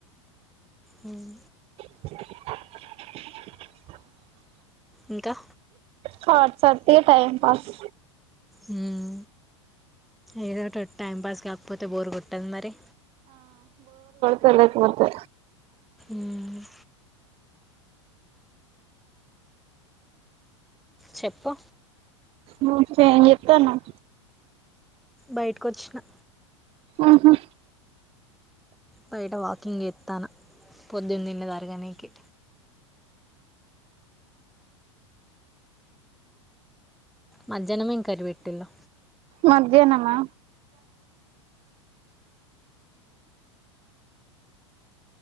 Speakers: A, in the centre; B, on the right (about 35°).
A: మ్మ్
B: <inaudible>
A: ఇంకా
B: కాడ్స్ ఆ డితే ఇగ టైమ్పాస్
A: ఉమ్ ఏదో తోట్ టైంపాస్ కాకపోతే బోరు కొట్టది మరి
B: తెలకిపోతే
A: మ్ చెప్పు
B: నువు ఎంజేత్తన్నావ్
A: బయటకొచ్చిన
B: అహా
A: బయట వాకింగ్ జేత్తన్న పొద్దున్నదిన్నదరగనికి మజ్జనం ఎంకర్రి పెట్టిల్లు
B: మధ్యాహ్నమా